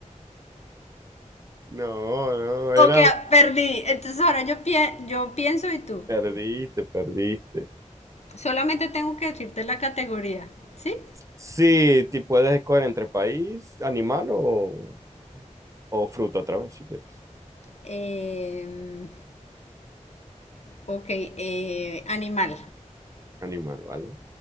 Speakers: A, on the right (about 25°); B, on the left (about 60°).
A: No, no,
B: ok,
A: era
B: perdí. Entonces ahora yo, pie- yo pienso y tú.
A: perdiste, perdiste.
B: Solamente tengo que decirte la categoría, ¿sí?
A: Sí, ti puedes escoger entre país, animal o, o fruta otra vez si quieres.
B: Eh, ok, eh, animal.
A: Animal, ¿vale?